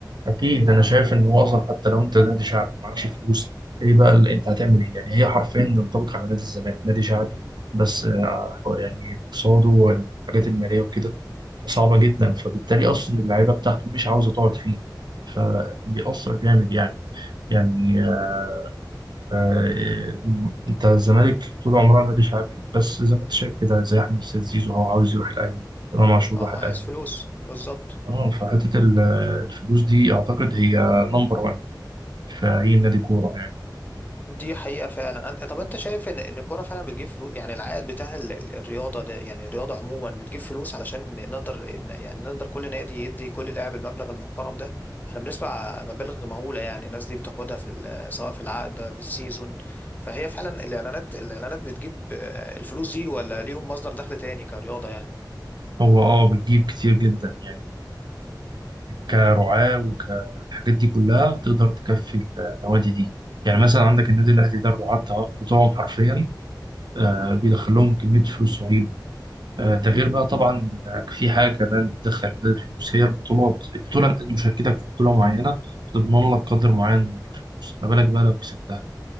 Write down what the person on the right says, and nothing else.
اكيد انا شايف ان هو اصلا حتى لو انت نادي شعبي ومعكش فلوس ايه بقى اللي انت هتعمل ايه يعني هي حرفيا تنطبق على نادي الزمالك نادي شعبي بس آه، يعني اقتصاده والحاجات الماليه وكده صعبه جدا فبالتالي اصلا اللعيبه بتاعته مش عاوزه تقعد فيه فبيأثر
جامد يعني يعني آه، آه، انت الزمالك طول عمرها نادي شعبي بس زي ما انت شايف كده زي احمد السيد زيزو هو عاوز يروح الاهلي امام عاشور
راح الاهلي
اه فحته ال- الفلوس دي اعتقد هي نمبر 1 في أي نادي كورة يعني
فهو أه بتجيب كتير جدا يعني كرعاة وكالحاجات دي كلها تقدر تكفي النوادي دي يعني مثلا عندك النادي الأهلي ده الرعاة بتاع- بتوعهم حرفيا آه، بيدخل لهم كمية فلوس رهيبة آه، ده غير بقى طبعا آه، في حاجة كمان بتدخل النادي فلوس هي البطولات البطولة مشاركتك في بطولة معينة تضمن لك قدر معين من الفلوس ما بالك بقى لو كسبتها